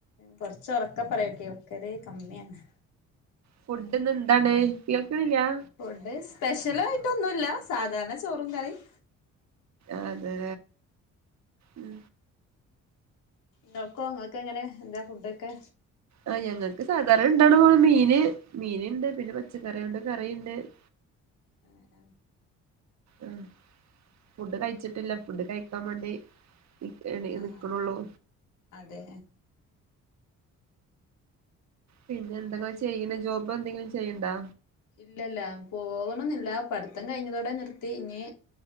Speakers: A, on the left; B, on the right.
A: കൊറച്ച ഒറക്കെ പറയോ കേൽകല് കമ്മിയാണ്.
B: ഫുഡ്ന്ന് എന്താണ് കേൾക്ണില്ല?
A: ഫുഡ് സ്പെഷ്യലായിട്ടൊന്നുല്ല സാധാരണ ചോറും കറിയും.
B: അതേ ഉം
A: ങ്ങക്കോ ഇങ്ങൾക്ക് എങ്ങനെ എന്താ ഫുഡൊക്കെ?
B: ആ ഞങ്ങക്ക് സാധാരണ ഇണ്ടട മീന് മീന്ണ്ട് പിന്നെ പച്ചക്കറിയുണ്ട് കറിണ്ട്. <unintelligible>
A: അങ്ങനാ
B: ആ ഫുഡ് കഴിച്ചിട്ടില്ല ഫുഡ് കഴിക്കാം വേണ്ടി എ ണി
A: ആഹ്
B: ന്നിക്ക്നുള്ളൂ.
A: അതെ
B: പിന്നെ എന്തെങ്ക ചെയ്ണ ജോബ് എന്തെങ്കിലും ചെയ്ണ്ടോ?
A: ഇല്ല ഇല്ല പോവു ണോന്നില്ല പഠിത്തം കഴിഞ്ഞതോടെ നിർത്തി ഇനി